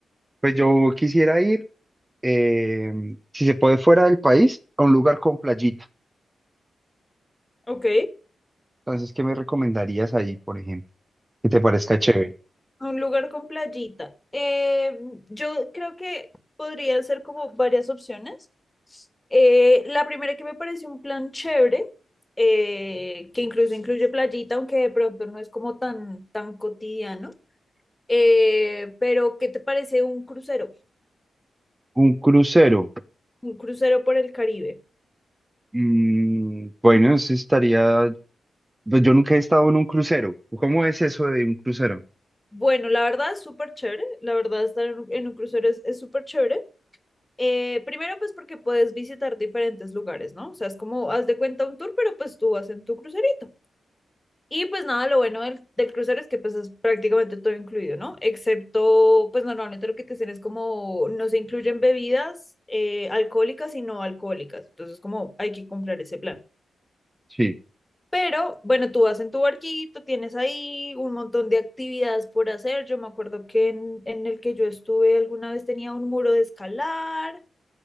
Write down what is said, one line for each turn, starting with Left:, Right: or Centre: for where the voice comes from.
Right: Pues yo quisiera ir, eh, si se puede, fuera del país, a un lugar con playita.
Left: Ok,
Right: Entonces, ¿qué me recomendarías ahí, por ejemplo? Que te parezca chévere.
Left: a un lugar con playita. Eh, yo creo que podrían ser como varias opciones. Eh, la primera que me parece un plan chévere, eh, que incluso incluye playita, aunque de pronto no es como tan, tan cotidiano. Eh, pero, ¿qué te parece un crucero?
Right: Un crucero.
Left: Un crucero por el Caribe.
Right: Mm, bueno, eso estaría. Pues yo nunca he estado en un crucero. ¿Cómo es eso de un crucero?
Left: Bueno, la verdad es súper chévere. La verdad, estar en un en un crucero es es súper chévere. Eh, primero, pues porque puedes visitar diferentes lugares, ¿no? O sea, es como, haz de cuenta un tour, pero pues tú vas en tu crucerito. Y pues nada, lo bueno del, del crucero es que pues es prácticamente todo incluido, ¿no? Excepto, pues normalmente lo que te dicen es como, no se incluyen bebidas eh, alcohólicas y no alcohólicas. Entonces, como hay que comprar ese plan.
Right: Sí.
Left: Pero bueno, tú vas en tu barquito, tienes ahí un montón de actividades por hacer. Yo me acuerdo que en, en el que yo estuve alguna vez tenía un muro de escalar